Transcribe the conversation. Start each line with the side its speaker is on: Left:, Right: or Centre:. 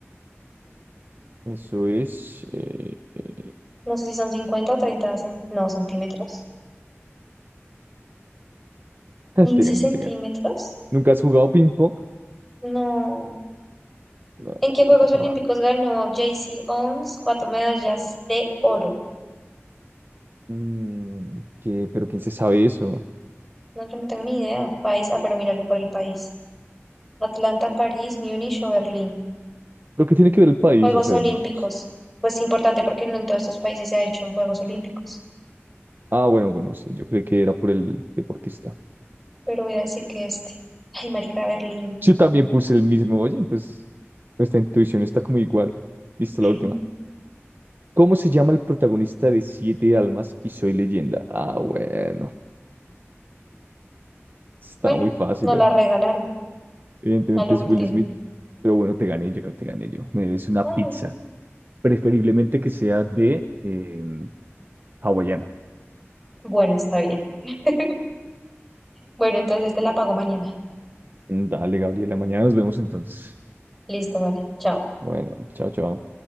Right: Eso es. eh, eh,
Centre: No sé si son cincuenta o treinta cen- no, centímetros.
Right: <laughs>
Centre: ¿15
Right: te gané,
Centre: centímetros?
Right: te gané. ¿Nunca has jugado ping-pong?
Centre: No.
Right: No,
Centre: ¿En qué Juegos
Right: te faltaba.
Centre: Olímpicos
Right: algo.
Centre: ganó J. C. Owens cuatro medallas de oro?
Right: Mm, ¿qué? ¿Pero quién se sabe eso?
Centre: No, yo no tengo ni idea. País. Ah, pero míralo por el país. Atlanta, París, Múnich o Berlín.
Right: ¿Pero qué tiene que ver el país?
Centre: Juegos
Right: O sea.
Centre: Olímpicos.
Right: pues-
Centre: Pues importante porque no en todos estos países se ha hecho Juegos Olímpicos.
Right: Ah, bueno, bueno, sí, yo creí que era por el deportista.
Centre: Pero voy a decir que este. Ay, marica, Berlín.
Right: Yo también puse el mismo. Oye, pues nuestra intuición está como igual. Listo,
Centre: <laughs>
Right: la última. ¿Cómo se llama el protagonista de Siete Almas y Soy Leyenda? Ah, bueno. Está
Centre: Bueno,
Right: muy fácil,
Centre: nos
Right: ¿eh?
Centre: la regalaron
Right: Evidentemente
Centre: a lo
Right: es
Centre: último.
Right: Will Smith. Pero bueno, te gané yo, te gané yo. Me debes una
Centre: Ay,
Right: pizza. Preferiblemente que sea de em, hawaiana.
Centre: bueno, está bien. <laughs> Bueno, entonces te la pago mañana.
Right: Dale, Gabriela, mañana nos vemos entonces.
Centre: Listo, vale. Chao.
Right: Bueno, chao, chao.